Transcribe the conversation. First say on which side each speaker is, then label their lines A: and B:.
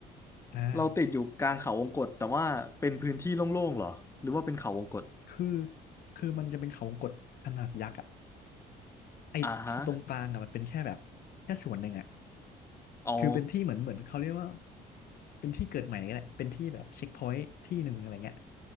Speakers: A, on the left; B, on the left.
A: อ่า
B: เราติดอยู่กลางเขาวงกตแต่ว่าเป็นพื้นที่โล่งๆเหรอหรือว่าเป็นเขาวงกต
A: คือคือมันจะเป็นเขาวงกตขนาดยักษ์อ่ะไอ้ตรงกลางอ่ะมันเป็นแค่แบบแค่ส่วนหนึ่งอ่ะ
B: อ่าฮะอ๋อ
A: คือเป็นที่เหมือนเหมือนเขาเรียกว่าเป็นที่เกิดใหม่แหละเป็นที่แบบเช็คพอยต์ที่หนึ่งอะไรเงี้ย